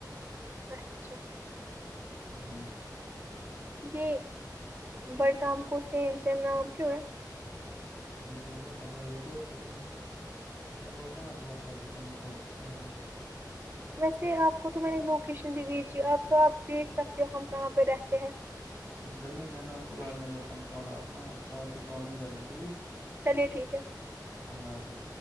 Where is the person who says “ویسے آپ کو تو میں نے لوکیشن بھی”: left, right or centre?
Right